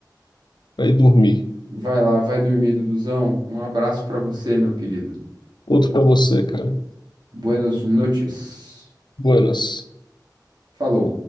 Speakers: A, on the left; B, on the right.
A: pra ir dormir.
B: vai lá, vai dormir, Duduzão. Um abraço pra você, meu querido.
A: Outro pra você, cara.
B: Buenas noches.
A: Buenas.
B: Falou.